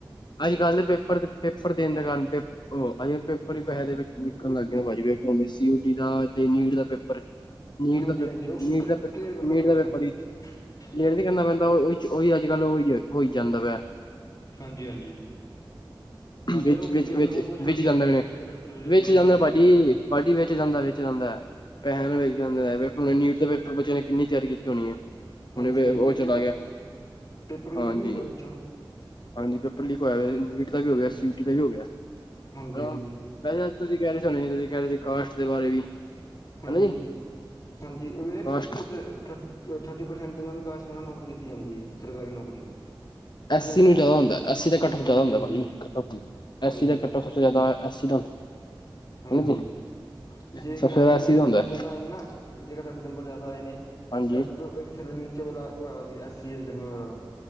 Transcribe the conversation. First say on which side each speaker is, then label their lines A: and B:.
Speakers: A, on the left; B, on the left.
A: ਅੱਜ ਕੱਲ੍ਹ ਦੇ ਪੇਪਰ ਦੇ ਪੇਪਰ ਦੇਣ ਦੇ ਕਾਰਨ ਪ ਉਹ ਪੇਪਰ ਪੈਸੇ ਦੇ ਵਿੱਚ ਵਿਕਣ ਲੱਗ ਗਿਆ ਭਾਜੀ ਵੇਖੋ ਸੀਓਟੀ ਦਾ ਤੇ ਨੀਟ ਦਾ ਪੇਪਰ ਨੀਟ
B: ਹਾਂਜੀ
A: ਦਾ ਪੇ,
B: ਹਾਂਜੀ ਉਹ
A: ਨੀਟ
B: ਕਲੀਅਰ
A: ਦਾ ਪੇਪ,
B: ਕਰਨਾ
A: ਨੀਟ
B: ਪੈਂਦਾ
A: ਦਾ ਪੇਪਰ ਵੀ
B: <inaudible>
A: ਮੇਲ ਨੀ ਕਰਨਾ ਆਦਾ ਉਹੀ -ਉਹੀ ਅੱਜ ਕੱਲ੍ਹ ਉਹੀ ਹੋਈ ਜਾਂਦਾ ਪਿਆ।
B: ਹਾਂਜੀ ਹਾਂਜੀ। ਨਾਲੇ
A: ਵਿੱਚ
B: ਉਹ
A: ਵਿੱਚ
B: ਪੇਪਰ
A: ਵਿੱਚ
B: ਬਹੁਤ ਮੁਸ਼ਕਿਲ
A: ਵਿੱਚ
B: ਹੁੰਦੇ
A: ਜਾਂਦੇ
B: ਨੇ ਨੀਟ ਪੇਪਰ
A: ਵਿੱਚ
B: ਕਲੀਅਰ
A: ਜਾਂਦਾ
B: ਕਰਨੇ।
A: ਭਾਜੀ, ਭਾਜੀ ਵਿਚ ਜਾਂਦਾ ਵਿਚ ਜਾਂਦਾ। ਪੈਸਿਆ ਦਾ ਵਿਕ ਜਾਂਦਾ ਏ ਨੀਟ ਦੇ ਪੇਪਰ ਬੱਚੇ ਨੇ ਕਿੰਨੀ ਤਿਆਰੀ ਕੀਤੀ ਹੋਣੀ ਹੈ
B: ਹਾਂਜੀ
A: ਹੁਣ
B: ਹਾਂਜੀ
A: ਉਹ ਚਲਾ
B: ਪੇਪਰ
A: ਗਿਆ।
B: ਪੇਪਰ ਲੀਕ
A: ਹਾਂਜੀ,
B: ਵੀ ਹੋ ਗਿਆ ਵਿੱਚੋਂ
A: ਹਾਂਜੀ ਪੇਪਰ ਲੀਕ ਹੋਇਆ ਹੋ ਨੀਟ ਦਾ ਵੀ ਹੋ ਗਿਆ ਸੀ। ਟੀ ਦਾ ਵੀ ਹੋ ਗਿਆ ਸੀ।
B: ਹਾਂਜੀ
A: ਹਾ
B: ਹਾਂਜੀ
A: ਭਾਜੀ ਅੱਜ ਤੁਸੀਂ ਕਹਿ ਰਹੇ ਸੀ ਹਣੇ ਤੁਸੀਂ ਕਹਿ ਰਹੇ ਸੀ ਕਾਸਟ ਦੇ ਬਾਰੇ ਵੀ।
B: ਹਾਂਜੀ
A: ਹਨਾ
B: ਹਾਂਜੀ
A: ਜੀ।
B: ਹਾਂਜੀ। ਓਵੇ ਪਤਾ
A: ਕਾਸਟ
B: ਕੀ ਉੱਥੇ ਥਰਟੀ ਪਰਸੈਂਟ ਜਨਲ ਕਾਸਟ ਉਹਨਾਂ ਨੂੰ ਨੌਕਰੀ ਦਿੱਤੀ ਜਾਂਦੀ ਹੈ ਸਰਕਾਰੀ ਨੌਕਰੀ। ਬਸ਼ੱਕ
A: ਐਸ ਸੀ ਨੂੰ ਜ਼ਿਆਦਾ ਹੁੰਦਾ, ਐਸ ਸੀ ਦਾ ਕੱਟ ਆਫ ਜ਼ਿਆਦਾ
B: ਹਾਂਜੀ-ਹਾਂਜੀ,
A: ਹੁੰਦਾ ਭਾਜੀ ਕੱਟ ਆਫ ਹੁੰਦਾ।
B: ਹਾਂਜੀ।
A: ਐਸ ਸੀ ਦਾ ਕੱਟ ਆਫ ਸਭ ਤੋਂ ਜ਼ਿਆਦਾ ਐਸ ਸੀ ਦਾ ਹੁੰਦਾ
B: ਹਾਂਜੀ
A: ਹਨਾ ਜੀ,
B: ਜੇ
A: ਸਭ
B: ਕੀ ਨਾਮ
A: ਤੋਂ ਜ਼ਿਆਦਾ
B: ਚ
A: ਐਸ
B: ਤੁਹਾਡੇ
A: ਸੀ ਦਾ
B: ਨੰਬਰ
A: ਹੁੰਦਾ
B: ਜਾਦਾ ਆਏ ਨਾ ਜੇਕਰ ਤੁਹਾਡੇ ਨੰਬਰ ਜਾਦਾ ਆਏ ਨੇ
A: ਹਾਂਜੀ।
B: ਤੇ ਤੁਹਾਡੇ ਤੋਂ ਨੀਚੇ ਵਾਲਾ ਓਹੈਗਾ ਸੀ ਐਸਸੀ ਯਾ ਜਰਨਲ ਵਾਲਾ